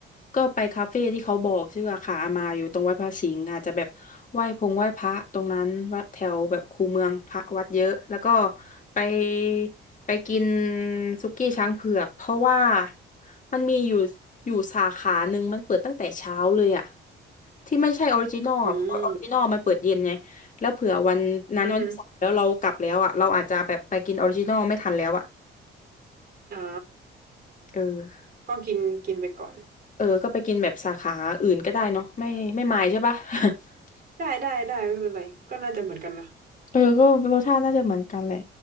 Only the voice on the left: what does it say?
ก็ไปคาเฟ่ที่เขาบอกชื่ออาคาอามาอยู่ตรงวัดพระสิงห์อาจจะแบบไหว้พงไหว้พระตรงนั้นวัดแถวแบบคูเมืองพระวัดเยอะแล้วก็ไปไปกินสุกี้ช้างเผือกเพราะว่ามันมีอยู่อยู่สาขาหนึ่งมันเปิดตั้งแต่เช้าเลยอ่ะ ที่ไม่ใช่ออริจินอลอ่ะเพราะออริจินอลมันเปิดเย็นไง
แล้วเผื่อวันนั้นวันที่สามแล้วเรากลับแล้วอ่ะเราอาจจะแบบไปกินออริจินอลไม่ทันแล้วอ่ะ
เออ
เออก็ไปกินแบบสาขาอื่นก็ได้เนาะไม่ไม่มายใช่ปะ <laughs>
เออก็รสชาติน่าจะเหมือนกันแหละ